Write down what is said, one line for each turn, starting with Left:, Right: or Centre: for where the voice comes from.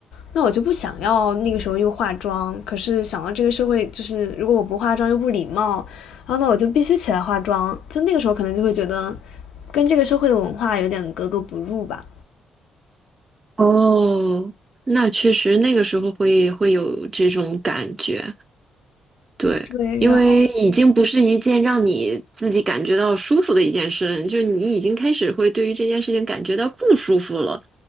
Left: 那我就不想要那个时候又化妆。可是想到这个社会，就是如果我不化妆又不礼貌，然后那我就必须起来化妆。就那个时候可能就会觉得，跟这个社会的文化有点格格不入吧。
Right: 哦，那确实那个时候会会有这种感觉，对，
Left: 对，
Right: 因为已经不是一件让你自己感觉到舒服的一件事，
Left: 然后
Right: 就是你已经开始会对于这件事情感觉到不舒服了，